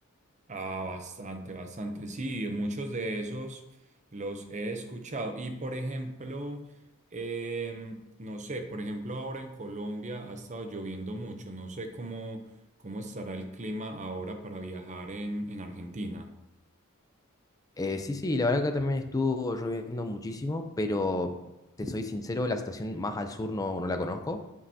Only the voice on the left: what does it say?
Eh, sí, sí, la verdad que acá también estuvo lloviendo muchísimo, pero te soy sincero, la situación más al sur no, no la conozco.